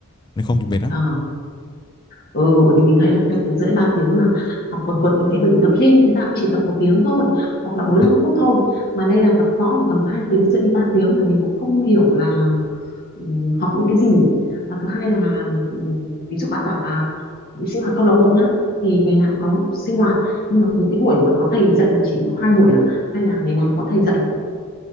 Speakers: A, on the left; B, on the left.
A: nếu không thì mệt lắm
B: Ờ. Ừ, bởi vì mình thấy là hai tiếng rưỡi ba tiếng mà học quần quật như thế bởi vì tập gym ấy, người ta cũng chỉ tập một tiếng thôi hoặc là bốn lăm
A: ừ.
B: phút thôi mà đây là tập võ thì tầm hai tiếng rưỡi đến ba tiếng mà mình cũng không hiểu là ừm, học những cái gì và thứ hai là ừm, ví dụ bạn bảo là đi sinh hoạt câu lạc bộ nhá thì ngày nào cũng có sinh hoạt nhưng mà những cái buổi mà có thầy dạy là chỉ có hai buổi à hay là ngày nào có thầy dạy